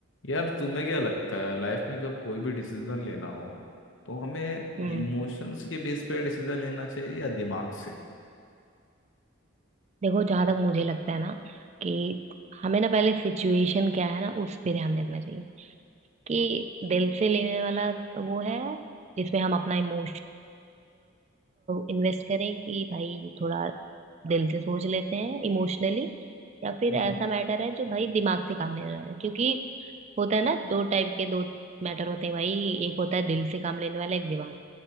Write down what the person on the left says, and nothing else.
यार तुम्हें क्या लगता है लाइफ में कब कोई भी डिसीजन लेना हो तो हमें
इमोशंस के बेस पे डिसीजन लेना चाहिए या दिमाग से
हम्म